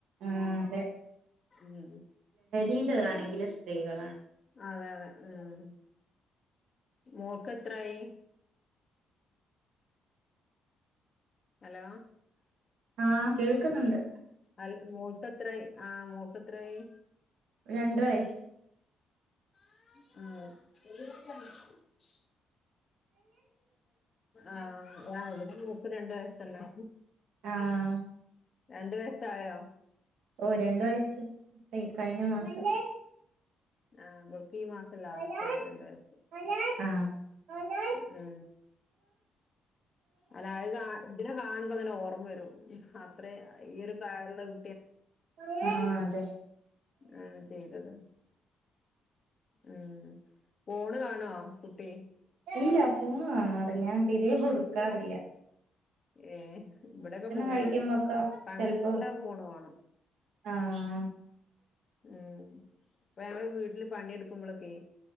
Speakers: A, on the right (about 80°); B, on the left (about 40°).
A: ആഹ് അതെ
B: മ്
A: ഈൻ്റെതാണെങ്കിലും സ്ത്രീകളാണ്
B: അതെ അതെ മ് മോൾക്ക് എത്രായി ഹലോ
A: ആഹ് കേൾക്കുന്നുണ്ട്
B: അൽ മോൾക്ക് എ എത്രായി ആഹ് മോക്ക് എത്രായി
A: രണ്ട് വയസ്സ്
B: ആഹ് ആഹ് ആ ഇൻ്റെ മോൾക്ക് രണ്ട് വയസ്സെന്നെ
A: ആഹ്
B: രണ്ട് വയ സ്സായോ
A: ഓഹ് രണ്ട് വയസ് ഇപ്പയി കഴിഞ്ഞ മാസം
B: ആഹ് ഇവൾക്ക് ഈ മാസം ലാസ്റ്റ്
A: ആഹ്
B: ആണ് രണ്ട് വയസ്
A: ആഹ് ആഹ് അതെ
B: മ്മ് അല്ല അത് ക ഇതിനെ കാണുമ്പോ ഇങ്ങനെ ഓർമ്മ വരും അത്രേ ഈയൊരു പ്രായൊള്ള കു
A: ആ <unintelligible>
B: ആ ചെയ്തത് ആ പോണ് കാണൊ കുട്ടി
A: ഇല്ല ഫോണ് കാണാറില്ല ഞാൻ തീരെ കൊട്‌ക്കാറില്ല
B: ഏ ഇവിടെക്ക ഫോണ്
A: കഴിക്കുമ്പോക്കെ
B: കണ്ട
A: ചെലപ്പോ
B: ഫോണ് വാണം
A: ആഹ്
B: ഉം വേറെ വീട്ടില് പണിയെടുക്കുമ്പോളൊക്കെയെ